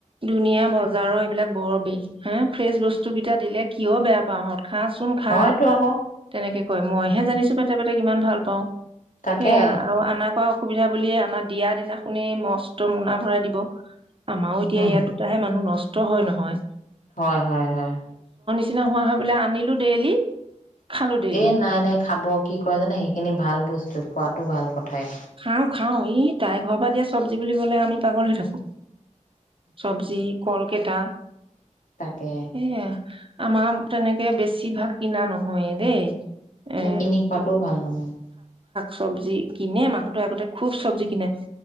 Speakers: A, on the right; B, on the left.
A: ধুনীয়া বজাৰৰ এইবিলাক <unintelligible> হে ফ্ৰেচ বস্তু কেইটা দিলে কিয় বেয়া পাওঁ হঁত খাচোন খা।
B: হয়তো আকৌ
A: তেনেকে হয় মইহে জানিছো পেটে পেটে কিমান ভাল পাওঁ
B: তাকে
A: সেয়া আৰু আনা কোৱা অসুবিধা বুলিয়ে আমাৰ দিয়া দিনাখনি মস্ত মোনা ভৰাই দিব আমাৰও এতিয়া
B: উম
A: ইয়াত দুটাহে মানুহ নষ্ট ত হয় নহয়
B: হয় হয় হয়
A: চিনা হোৱা হয় বোলো আনিলো ডেইলি। খালো ডেইলি
B: এ নাই নাই খাব কি কই জানে সেইখিনি ভাল বস্তু। খোৱাতো ভাল কথাই।
A: খাওঁ খাওঁ ই তাই ঘৰ পৰা দিয়া চব্জি বুলি কলে আমি পাগল হৈ থাকো। চব্জি, কল কেটা
B: তাকে
A: সেইয়া আমাৰ তেনেকে বেছিভাগ কিনা নহয়ে দেই।
B: এনে
A: এ
B: কিনি খোৱাটোও ভাল নহয়।
A: চব্জি কিনে মা নুহটোৱে আগতে খুব চব্জি কিনে